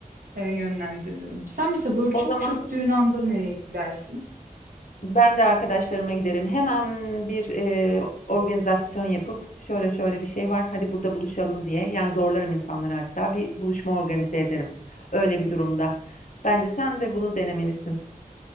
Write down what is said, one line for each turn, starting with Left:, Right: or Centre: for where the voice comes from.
Right: e, yönlendiririm. Sen mesela böyle
Left: O
Right: çok
Left: zaman
Right: çöktüğün anda nereye gidersin?
Left: ben de arkadaşlarıma giderim. Hemen bir e, organizasyon yapıp şöyle şöyle bir şey var. Hadi burada buluşalım diye. Yani zorlarım insanları hatta. Bir buluşma organize ederim. Öyle bir durumda. Bence sen de bunu denemelisin.